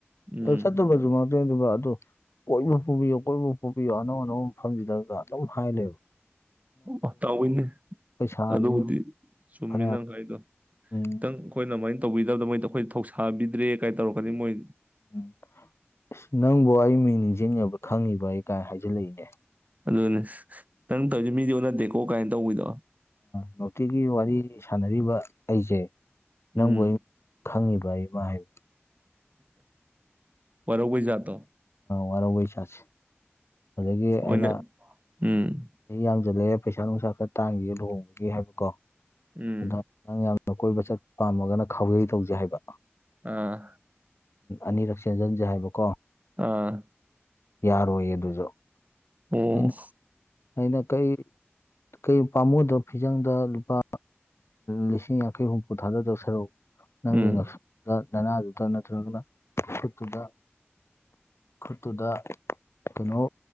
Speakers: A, on the right; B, on the left.
A: ꯎꯝ
B: ꯑꯗꯨ ꯆꯠꯇꯕꯁꯨ ꯑꯗꯨꯒ ꯑꯗꯨ ꯀꯣꯏꯕ ꯄꯨꯕꯤꯌꯣ ꯀꯣꯏꯕ ꯄꯨꯕꯤꯌꯣ ꯑꯅꯧ ꯑꯅꯧꯕ ꯃꯐꯝꯁꯤꯗꯒ ꯑꯗꯨꯝ ꯍꯥꯏꯂꯩꯕ
A: ꯑꯣ ꯇꯥꯎꯋꯤꯅꯦ
B: ꯄꯩꯁꯥꯁꯤ
A: ꯑꯗꯨꯕꯨꯗꯤ ꯆꯨꯝꯃꯤ
B: ꯐꯅꯌꯥꯝ
A: ꯅꯪ ꯍꯥꯏꯗꯣ
B: ꯎꯝ
A: ꯈꯤꯇꯪ ꯑꯩꯈꯣꯏꯅ ꯑꯗꯨꯃꯥꯏꯅ ꯇꯧꯕꯤꯗꯕꯗ ꯃꯣꯏꯗ ꯑꯩꯈꯣꯏ ꯊꯧꯁꯥꯕꯤꯗ꯭ꯔꯦ ꯀꯥꯏꯅ ꯇꯧꯔꯛꯀꯅꯤ ꯃꯣꯏ
B: ꯎꯝ ꯑꯁ ꯅꯪꯕꯨ ꯑꯩ ꯃꯤꯡ ꯅꯤꯡꯁꯤꯡꯉꯕ ꯈꯪꯉꯤꯕ ꯑꯩ ꯀꯥꯏ ꯍꯥꯏꯖꯤꯜꯂꯛꯏꯅꯦ
A: ꯑꯗꯨꯅꯦ ꯅꯪ ꯇꯧꯔꯤꯁꯦ ꯃꯤꯗꯤ ꯑꯣꯟꯅꯗꯦꯀꯣ ꯀꯥꯏꯅ ꯇꯧꯕꯤꯗꯣ
B: ꯅꯨꯡꯇꯤꯒꯤ ꯋꯥꯔꯤ ꯁꯥꯟꯅꯔꯤꯕ ꯑꯩꯁꯦ ꯅꯪꯕꯨ
A: ꯎꯝ
B: ꯈꯪꯉꯤꯕ ꯑꯩꯃ ꯍꯥꯏꯕ
A: ꯋꯥꯔꯧꯕꯩ ꯖꯠꯇꯣ
B: ꯋꯥꯔꯧꯕꯩ ꯖꯠꯁꯦ ꯑꯗꯨꯗꯒꯤ ꯑꯩꯅ
A: ꯑꯣꯏꯅ ꯎꯝ
B: ꯆꯥꯁꯤ ꯌꯥꯝꯖꯜꯂꯛꯑꯦ ꯄꯩꯁꯥ ꯅꯨꯡꯁꯥ ꯈꯔ ꯇꯥꯡꯒꯤꯒꯦꯅ ꯂꯨꯍꯣꯡꯕꯒꯤ ꯍꯥꯏꯕꯀꯣ
A: ꯎꯝ
B: ꯑꯗ ꯅꯪ ꯌꯥꯝꯅ ꯀꯣꯏꯕ ꯆꯠꯄ ꯄꯥꯝꯃꯒꯅ ꯈꯥꯎꯌꯩ ꯇꯧꯖꯦ ꯍꯥꯏꯕ
A: ꯑꯥ
B: ꯑꯅꯤꯔꯛ ꯆꯦꯟꯖꯟꯁꯦ ꯍꯥꯏꯕꯀꯣ
A: ꯑꯥ
B: ꯌꯥꯔꯣꯏꯌꯦ ꯑꯗꯨꯁꯨ
A: ꯎꯝ
B: ꯑꯩꯅ ꯑꯩꯅ ꯀꯩ ꯀꯩ ꯄꯥꯝꯃꯣꯗ ꯐꯤꯖꯪꯗ ꯂꯨꯄꯥ ꯂꯤꯁꯤꯡ ꯌꯥꯡꯈꯩ ꯍꯨꯝꯐꯨ ꯊꯥꯗꯗꯧ ꯁꯔꯨꯛ ꯅꯪꯒꯤ
A: ꯎꯝ
B: ꯉꯛꯁꯝꯗ ꯅꯅꯥꯗꯨꯗ ꯑꯗꯨ ꯅꯠꯇ꯭ꯔꯒꯅꯥ ꯈꯨꯠꯇꯨꯗ ꯈꯨꯠꯇꯨꯗ ꯀꯩꯅꯣ